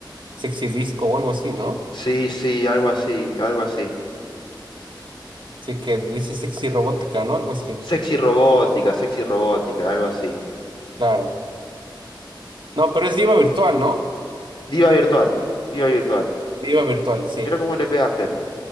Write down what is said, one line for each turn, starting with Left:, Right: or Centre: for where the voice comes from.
Right: sexy disco o algo así, ¿no?
Left: Sí, sí, algo así, algo así.
Right: sí que dice sexy robótica, ¿no? Algo así,
Left: Sexy robótica, sexy robótica, algo así.
Right: claro. No, pero es diva virtual, ¿no?
Left: Diva virtual, diva virtual.
Right: Diva virtual, sí.
Left: Mira cómo le pegaste.